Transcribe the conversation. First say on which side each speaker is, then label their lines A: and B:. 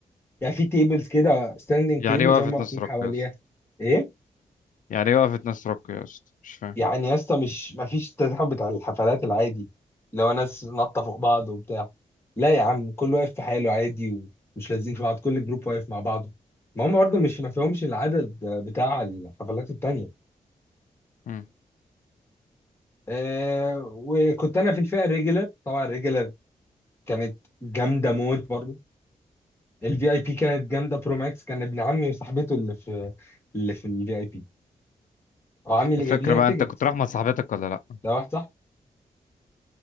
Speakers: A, on the left; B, on the left.
A: يعني في تيبلز كده ستاندنج
B: يعني
A: تيبلز
B: ايه وقفت
A: هم واقفين
B: نص رق
A: حواليها
B: يا اسطى
A: ايه
B: يعني ايه وقفت نص رق يا اسطى مش فاهم
A: يعني يا اسطى مش مفيش التزاحم بتاع الحفلات العادي اللي هو ناس نطة فوق بعض وبتاع لا يا عم كل واقف في حاله عادي ومش لازقين في بعض كل جروب واقف مع بعضه ما هم برضه مش ما فيهمش العدد بتاع الحفلات التانية
B: مم.
A: آه وكنت انا في الفئة الريجلر طبعا الريجلر كانت جامدة موت برضه الفي اي بي كانت جامدة برو ماكس كان ابن عمي وصاحبته اللي في اللي في الفي اي بي وعمي اللي
B: الفكرة
A: جايب لنا
B: بقى
A: تيكت
B: انت كنت رايح مع صاحبتك ولا لا
A: ده واحد صح